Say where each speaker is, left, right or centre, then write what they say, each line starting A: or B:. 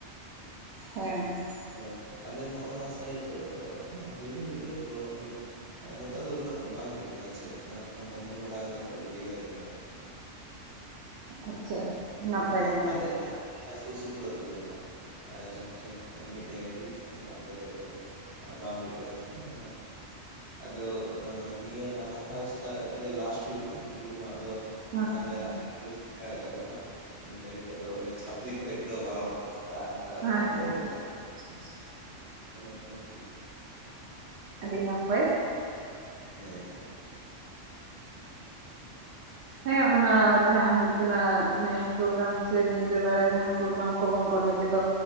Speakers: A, on the right; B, on the right.
A: ᱦᱮᱸ᱾
B: ᱦᱚ ᱟᱞᱮ ᱱᱚᱜᱼᱱᱟ ᱥᱟᱭᱤᱰ ᱫᱚ ᱦᱮᱸ ᱦᱩᱭᱩᱜ ᱫᱚ ᱦᱩᱭᱩᱜ ᱜᱮᱭᱟ ᱯᱨᱳᱜᱨᱟᱢ ᱠᱚᱫᱚ᱾ ᱱᱮᱛᱟᱨ ᱫᱚ ᱩᱱᱟᱹᱜ ᱵᱟᱝ ᱦᱩᱭᱩᱜ ᱠᱟᱱᱟ ᱪᱮᱫ ᱵᱚᱱᱫᱚ ᱵᱟᱲᱟ ᱠᱟᱫᱟ ᱠᱚ ᱟᱹᱰᱤ ᱡᱟᱭᱜᱟ ᱨᱮᱜᱮ ᱱᱟᱜ ᱾
A: ᱟᱪᱪᱷᱟ
B: ᱦᱳᱭ
A: ᱟᱪᱪᱷᱟ ᱱᱟᱯᱟᱭ
B: ᱢᱟᱱᱮ
A: ᱜᱮ ᱱᱟᱯᱟᱭ
B: ᱟᱞᱮ-ᱟᱞᱮᱜ ᱥᱩᱨ ᱥᱩᱯᱩᱨ ᱟᱹᱛᱩ ᱠᱚᱨᱮ ᱱᱟᱜ ᱡᱟᱦᱟᱸ ᱴᱷᱮᱱ ᱢᱤᱫ ᱡᱟᱭᱜᱟᱨᱮ ᱦᱩᱭᱩᱜ ᱛᱟᱸᱦᱮᱱᱟ ᱚᱸᱰᱮ ᱫᱚ ᱟᱫᱚ ᱵᱟᱝ ᱦᱩᱭᱩᱜ ᱠᱟᱱᱟ ᱪᱮᱛᱟᱜ ᱟᱫᱚ ᱱᱤᱭᱟᱹ ᱞᱟᱦᱟ ᱫᱷᱟᱣ ᱪᱮᱛᱟᱜ ᱜᱮ ᱞᱟᱥᱴ ᱦᱳᱭ ᱞᱮᱱᱟ ᱛᱚᱵᱩ ᱨᱮᱦᱚᱸ ᱟᱫᱚ
A: ᱟᱪᱪᱷᱟ
B: ᱟᱞᱮ ᱟᱞᱮ ᱫᱚ ᱪᱮᱠᱟ ᱠᱟᱫᱟ ᱠᱚᱫᱚ ᱱᱟᱜ ᱡᱟᱭᱦᱳᱠ ᱟᱫᱚ ᱚᱸᱰᱮ ᱪᱷᱟᱹᱯᱨᱤ ᱡᱮᱡ ᱫᱚ ᱵᱟᱨᱚᱱ ᱥᱮᱛᱟᱜ ᱚᱝᱠᱟ
A: ᱦᱮᱸ
B: ᱢᱟᱱᱮ
A: ᱦᱮᱸ
B: ᱞᱟᱹᱭ ᱞᱮᱜ
A: ᱟᱪᱪᱷᱟ ᱟᱪᱪᱷᱟ
B: <unintelligible> ᱚᱱᱮ ᱚᱝᱠᱟ ᱢᱤᱫᱴᱤᱜ
A: ᱟᱹᱰᱤ ᱱᱟᱯᱟᱭ᱾
B: ᱦᱮᱸ ᱦᱮᱸ᱾
A: ᱦᱮᱸ ᱚᱱᱟ ᱡᱟᱦᱟᱸ ᱠᱟᱱᱟ ᱱᱟᱭᱤᱴ ᱯᱨᱳᱜᱨᱟᱢ ᱥᱮ ᱧᱤᱫᱟᱹ ᱵᱮᱲᱟ ᱡᱟᱦᱟᱸ ᱯᱨᱳᱜᱨᱟᱢ ᱠᱚᱵᱚᱱ ᱠᱚᱨᱟᱣ ᱠᱮᱫᱟ᱾